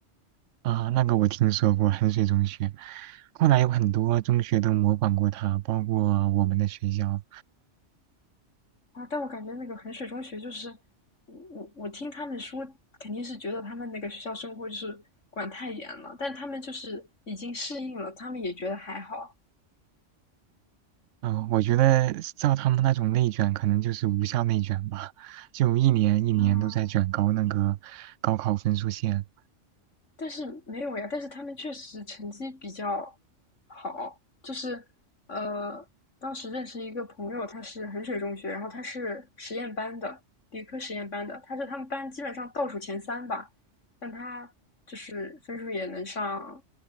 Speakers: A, on the right; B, on the left.
A: <laughs> 啊，那个我听说过，衡水中学，后来有很多中学都模仿过他，包括我们的学校。
B: 啊，但我感觉那个衡水中学就是，我我我听他们说，肯定是觉得他们那个学校生活就是管太严了，但他们就是已经适应了，他们也觉得还好
A: 嗯，我觉得照他们那种内卷，可能就是无效内卷吧，就一年一年都在卷高那个高考分数线。
B: 啊。但是没有呀，但是他们确实成绩比较好，就是呃，当时认识一个朋友，他是衡水中学，然后他是实验班的，理科实验班的，他是他们班基本上倒数前三吧，但他就是分数也能上，